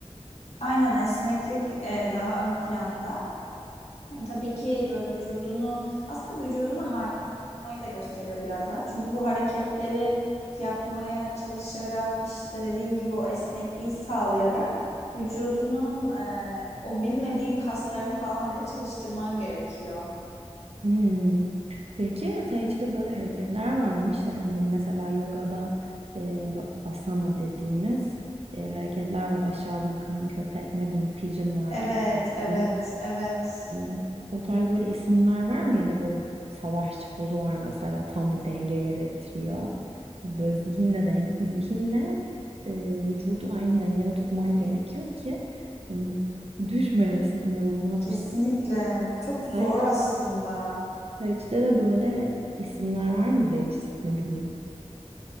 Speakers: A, on the left; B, on the right.
A: Aynen esneklik e, daha ön planda. Yani tabii ki böyle vücudunu aslında vücuduna hakim da gösteriyor biraz daha. Çünkü bu hareketleri yapmaya çalışarak işte dediğin gibi o esnekliği sağlayarak vücudunun e, o bilmediğin kaslarını falan bile çalıştırman gerekiyor.
B: Hmm. Peki Tai Chi'de böyle hareketler varmış. Yani mesela yogada e, bu asana dediğimiz e, hareketler var. Aşağı bakan köpek, ne bileyim pigeon var,
A: Evet,
B: güvercin.
A: evet, evet.
B: E, o tarz böyle isimler var mı? Ya da böyle savaşçı pozu var mesela. Tam bir denge gerektiriyor. Ya Böyle zihinle, den zihinle e, vücudu aynı dengede tutman gerekiyor ki hani düşmeyesin inanılmaz
A: Kesinlikle.
B: bir şey.
A: Çok zor
B: Tai Chi
A: aslında.
B: Kaleci'de de böyle isimler var mı değişik ne bileyim.